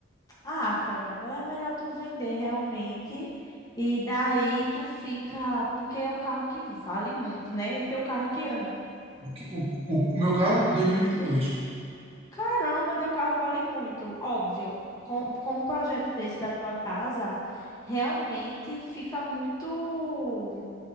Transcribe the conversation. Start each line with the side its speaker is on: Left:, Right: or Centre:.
Left: Ah, caramba, é melhor tu vender realmente. E daí tu fica. Porque é um carro que vale muito, né? E teu carro é que ano?
Right: O, que- o, o o meu carro dois. mil e vinte
Left: Sim.
Right: e dois.
Left: Caramba, teu carro vale muito. Óbvio, com, com um projeto desse da tua casa, realmente fica muito.